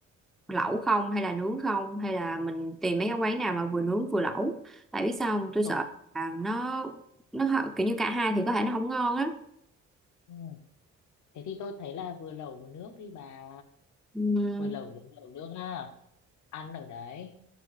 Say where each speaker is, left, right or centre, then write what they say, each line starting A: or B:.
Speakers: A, in the centre; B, on the left.
A: lẩu không hay là nướng không hay là mình tìm mấy cái quán nào mà vừa nướng vừa lẩu tại biết sao không? tôi
B: Tôi,
A: sợ là nó nó hở- kiểu như cả hai thì có thể nó không ngon á
B: ừ. Thế thì tôi thấy là vừa lẩu vừa nước đi bà.
A: Ừm,
B: Vừa lẩu nướng lẩu nước à. Ăn ở đấy.